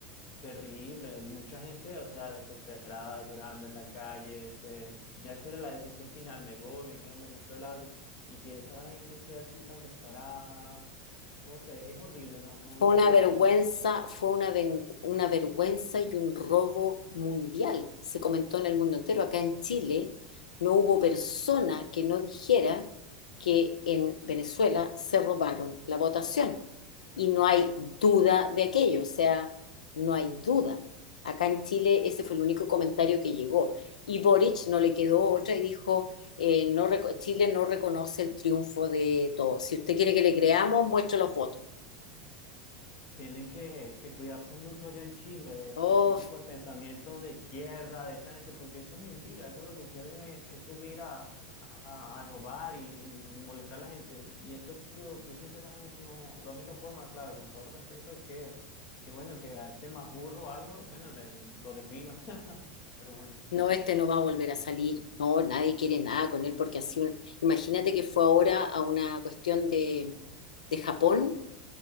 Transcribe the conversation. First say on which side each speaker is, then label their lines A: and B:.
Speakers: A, on the left; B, on the left.
A: terrible. Mucha gente, o sea, desesperada, llorando en la calle. Este, ya esa era la decisión final. Me voy, me quedo en Venezuela, algo. Y que esa gente sea así tan descarada, no sé, es horrible. No, no
B: Fue
A: le
B: una
A: puedo
B: vergüenza,
A: describir.
B: fue una, ven- una vergüenza y un robo mundial. Se comentó en el mundo entero. Acá en Chile no hubo persona que no dijera que en Venezuela se robaron la votación. Y no hay duda de aquello, o sea, no hay duda. Acá en Chile ese fue el único comentario que llegó. Y Boric no le quedó otra y dijo, eh, no reco- Chile no reconoce el triunfo de todos. Si usted quiere que le creamos, muestre los votos.
A: Tienen que, que cuidarse mucho allá en Chile de,
B: Oh,
A: de este tipo de pensamientos de izquierda, de esa gente, porque eso es mentira, eso es lo que quieren es, es subir a, a- a robar y, y molestar a la gente. Y esto que yo, yo sinceramente no, la única forma, claro, con todo el respeto, es que, que bueno, que a este más burro o algo, bueno, le- lo desvivan, <laughs> pero bueno.
B: No, este no va a volver a salir. No, nadie quiere nada con él porque así una... Imagínate que fue ahora a una cuestión de, de Japón